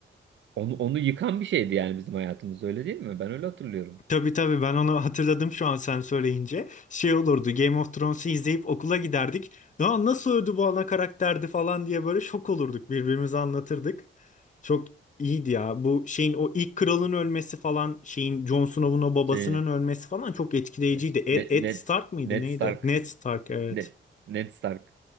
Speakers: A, on the right (about 65°); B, on the left (about 40°).
A: Onu onu yıkan bir şeydi yani bizim hayatımız öyle değil mi? Ben öyle hatırlıyorum.
B: Tabii tabii ben onu hatırladım şu an sen söyleyince. Şey olurdu Game of Thrones'u izleyip okula giderdik. Ya nasıl öldü bu ana karakterdi falan diye böyle şok olurduk birbirimize anlatırdık. Çok iyiydi ya. Bu şeyin o ilk kralın ölmesi falan şeyin Jon Snow'un o babasının
A: Şey e,
B: ölmesi falan çok etkileyiciydi.
A: şey,
B: E-
A: Ned,
B: Ed
A: Ned,
B: Stark mıydı
A: Ned
B: neydi?
A: Stark
B: Ned Stark evet.
A: Ne, Ned Stark.